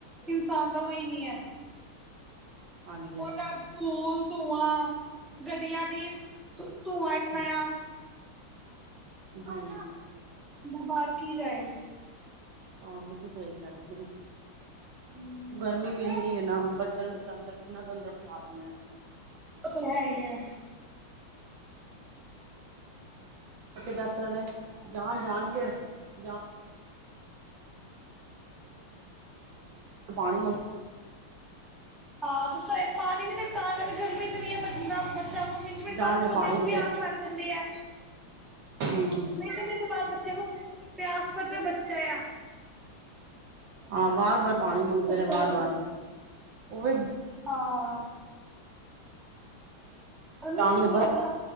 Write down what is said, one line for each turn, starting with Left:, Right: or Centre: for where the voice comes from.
Centre: ਇਨਸਾਨ ਦਾ ਉਹੀ ਨ੍ਹੀ ਹੈ।
Right: ਹਾਂਜੀ
Centre: ਔਰ ਐ ਧੁਲ ਧੂੰਆਂ, ਗੱਡੀਆਂ ਦੀ ਧ ਧੂੰਆਂ ਇਤਨਾ ਆ।
Right: ਹੂੰ।
Centre: ਬੰਦਾ ਬਾਰ ਕੀ ਜਾਏ।
Right: ਹਾਂ, ਬਿਕੁਲ ਸਹੀ ਕਿਆ ਤੁਸੀਂ ਵੀ।
Centre: ਹਮ
Right: ਗਰਮੀ ਵੀ ਏਨ ਨੀ ਏਨਾ ਬੱਚਿਆਂ ਨੂੰ ਮੈਂ ਕਿਆ ਅੰਦਰ ਕਿੰਨਾ ਕ ਅੰਦਰ ਬਿਠਾ ਦੀਐ।
Centre: ਓਹ ਤੇ ਹੈ ਈ ਐ।
Right: ਬੱਚੇ ਤੇ ਏਸ ਤਰਾਂ ਨੇ ਜਾਣ ਜਾਣ ਕੇ ਜਾਣ ਪਾਣੀ ਮੰ
Centre: ਹਾਂ ਤੇ ਸਈ ਪਾਣੀ ਵੀ ਦੇ ਤਾਂ ਕਰ ਗਰਮੀ ਇਤਨੀ ਐ ਬੰਦਾ ਬੱਚਾ ਮਿੰਟ ਮਿੰਟ
Right: ਜਾ
Centre: ਬਾਦ
Right: ਜਾ
Centre: ਬੰਦੇ
Right: ਪਾਣੀ
Centre: ਨੂੰ
Right: ਮੰਗਦੇ
Centre: ਪਿਆਸ ਲੱਗ ਜਾਂਦੀ ਐ।
Right: ਹੂੰ
Centre: ਮਿੰਟ ਮਿੰਟ ਬਾਦ ਬੱਚੇ ਨੂੰ ਪਿਆਸ ਪਤੈ ਬਚ ਚਯਾ।
Right: ਆਹ ਬਾਰ ਬਾ ਪਾਣੀ ਮੰਗਦੇ ਨੇ ਵਾਰ
Centre: ਕਰਕੇ
Right: ਵਾਰ। ਓਹ ਵੀ
Centre: ਹਾਂ। ਗਮੀ
Right: ਡਾਂਗ
Centre: ਇਤਨੀ
Right: ਬਰਫ
Centre: ਹੈ ਨਾ।